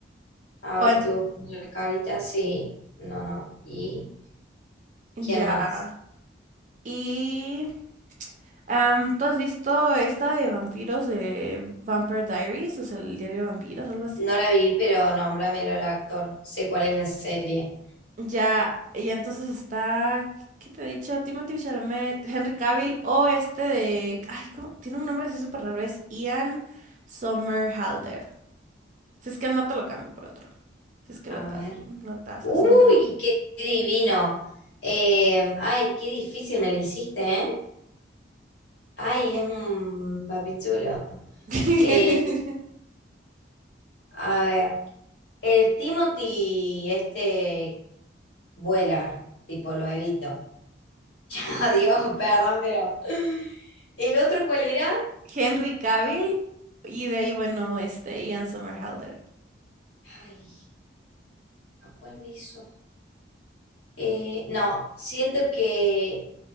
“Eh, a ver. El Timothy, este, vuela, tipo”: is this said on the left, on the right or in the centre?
Left